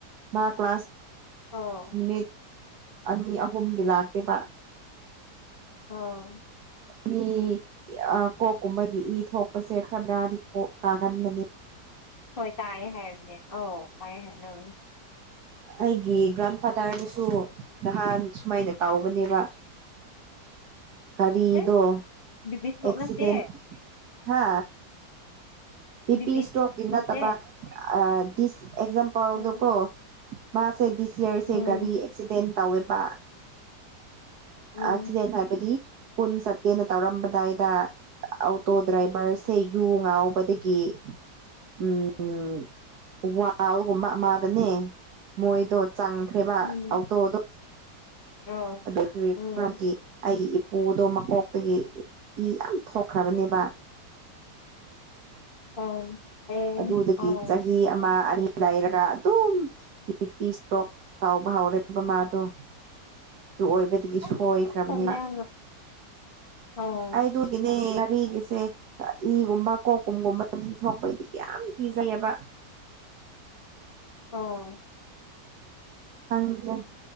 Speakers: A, on the right; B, on the left.
A: ꯃꯥ ꯀ꯭ꯂꯥꯁ
B: ꯑꯣ
A: ꯅꯨꯃꯤꯠ ꯑꯅꯤ ꯑꯍꯨꯝꯒꯤ ꯂꯥꯛꯇꯦꯕ
B: ꯑꯣ
A: ꯃꯤ ꯀꯣꯛꯀꯨꯝꯕꯗꯤ ꯏ ꯊꯣꯛꯄꯁꯦ ꯈꯔ ꯕ‌ꯦꯔꯥꯗꯤ ꯀꯣꯛ ꯀꯥꯒꯟꯕꯅꯦ
B: ꯍꯣꯏ ꯇꯥꯏꯌꯦ ꯍꯥꯏꯔꯨꯅꯦ ꯑꯧ ꯀꯥꯏꯌꯦ ꯍꯥꯏꯅꯕꯟ
A: ꯑꯩꯒꯤ ꯒ꯭ꯔꯥꯟ ꯐꯥꯗꯔꯗꯨꯁꯨ ꯅꯍꯥꯟ ꯁꯨꯃꯥꯏꯅ ꯇꯥꯎꯕꯅꯦꯕ ꯒꯥꯔꯤꯗꯣ
B: ꯑꯦ ꯕꯤ ꯄꯤ ꯏꯁꯇ꯭ꯔꯣꯛ
A: ꯑꯦꯛꯁꯤꯗꯦꯟ
B: ꯅꯠꯇꯦ
A: ꯍꯥ ꯕꯤꯄꯤ
B: ꯕꯤ ꯄꯤ
A: ꯏꯁꯇ꯭ꯔ‌ꯣꯛꯀꯤ
B: ꯏꯁꯇ꯭ꯔꯣꯛ ꯅꯠꯇꯦ
A: ꯅꯠꯇꯕ꯫ ꯗꯤꯁ ꯑꯦꯛꯖꯝꯄꯜꯗꯀꯣ
B: ꯎꯝ
A: ꯃꯥꯁꯦ ꯗꯤꯁ ꯏꯌꯥꯔꯁꯦ
B: ꯎꯝ
A: ꯒꯥꯔꯤ ꯑꯦꯛꯁꯤꯗꯦꯟ꯫ ꯇꯧꯋꯦꯕ
B: ꯎꯝ
A: ꯑꯦꯛꯁꯤꯗꯦꯟ ꯍꯥꯏꯕꯗꯤ꯫ ꯀꯨꯟ ꯆꯠꯀꯦꯅ ꯇꯧꯔꯝꯕꯗꯥꯏꯗ ꯑꯣꯇꯣ ꯗ꯭ꯔꯥꯏꯚꯔꯁꯦ ꯌꯨ ꯉꯥꯎꯕꯗ ꯒꯤ ꯎꯝ ꯋꯥꯜꯒꯨꯝꯕ ꯑꯃꯗꯅꯦ ꯃꯣꯏꯗꯣ꯫ ꯆꯪꯈ꯭ꯔꯦꯕ
B: ꯎꯝ
A: ꯑꯧꯇꯣꯗꯣ
B: ꯑꯥꯎ
A: <inaudible> ꯑꯗꯨ <inaudible>
B: ꯎꯝ
A: ꯈꯔꯒꯤ ꯑꯩꯒꯤ ꯏꯄꯨꯗꯣ ꯃꯀꯣꯛꯇꯒꯤ ꯏ ꯌꯥꯝ ꯊꯣꯛꯈ꯭ꯔꯕꯅꯦꯕ꯫
B: ꯑꯥ ꯑꯦ
A: ꯑꯗꯨꯗꯒꯤ
B: ꯑꯥ
A: ꯆꯍꯤ ꯑꯃ ꯑꯅꯤ꯫ ꯂꯩꯔꯒ ꯑꯗꯨꯝ ꯄꯤ ꯏꯁꯇ꯭ꯔꯣꯛ ꯇꯥꯎꯕ ꯍꯧꯔꯦꯕ ꯃꯥꯗꯣ꯫ ꯑꯗꯨ ꯑꯣꯏꯕꯗꯒꯤ
B: ꯑꯩ
A: ꯁꯣꯏꯈ꯭ꯔꯕꯅꯦꯕ꯫
B: ꯇꯜꯂꯦ ꯌꯥꯝꯅ ꯑꯥ
A: ꯑꯩ ꯑꯗꯨꯒꯤꯅꯦ ꯒꯥꯔꯤꯒꯤꯁꯦ꯫ ꯏꯒꯨꯝꯕ ꯀꯣꯛꯀꯨꯝꯒꯨꯝꯕꯗꯤ ꯊꯣꯛꯄꯗꯤ ꯌꯥꯝ ꯀꯤꯖꯩꯕ꯫
B: ꯑꯣ
A: ꯐꯪꯗ꯭ꯔꯦ